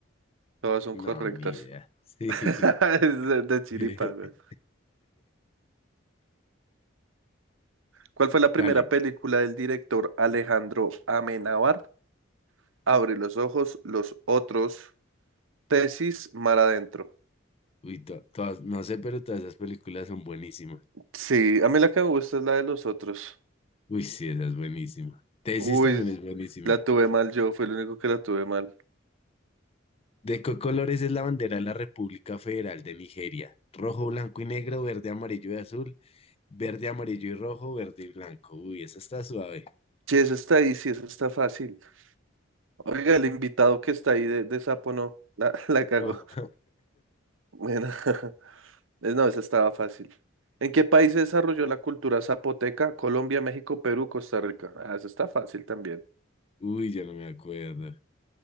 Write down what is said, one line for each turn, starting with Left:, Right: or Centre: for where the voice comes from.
Right: Todas son
Left: No,
Right: correctas.
Left: ni idea. Sí.
Right: <laughs> Es De, de chiripa,
Left: <laughs>
Right: güey. ¿Cuál fue la primera
Left: Dale.
Right: película del director Alejandro Amenábar? Abre los ojos, los otros. Tesis, mar adentro.
Left: Uy, to- todas, no sé, pero todas esas películas son buenísimas.
Right: Sí, a mí la que me gusta es la de los otros.
Left: Uy, sí, esa es buenísima. Tesis
Right: Uy,
Left: también es buenísima.
Right: la tuve mal yo, fue el único que la tuve mal.
Left: ¿De qué colores es la bandera de la República Federal de Nigeria? Rojo, blanco y negro, verde, amarillo y azul, verde, amarillo y rojo, verde y blanco. Uy, esa está suave.
Right: Sí, esa está ahí, sí, esa está fácil. Oiga, el invitado que está ahí de, de sapo no, la, <laughs> la cagó.
Left: No,
Right: Bueno, <laughs> no, esa estaba fácil. ¿En qué país se desarrolló la cultura zapoteca? Colombia, México, Perú, Costa Rica. Ah, esa está fácil también.
Left: uy, yo no me acuerdo.